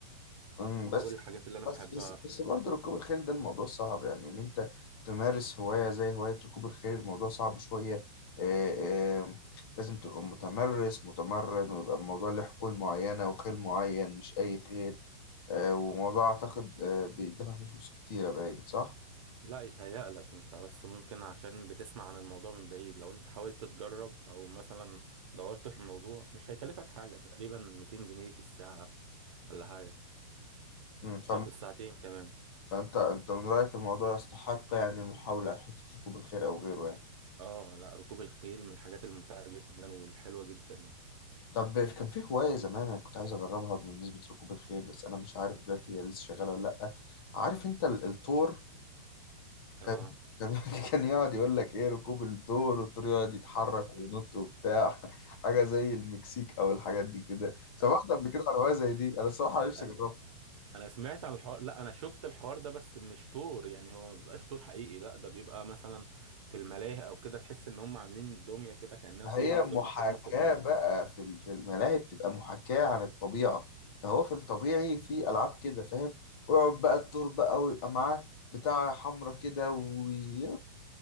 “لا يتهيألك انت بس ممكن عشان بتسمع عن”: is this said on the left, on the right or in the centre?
Right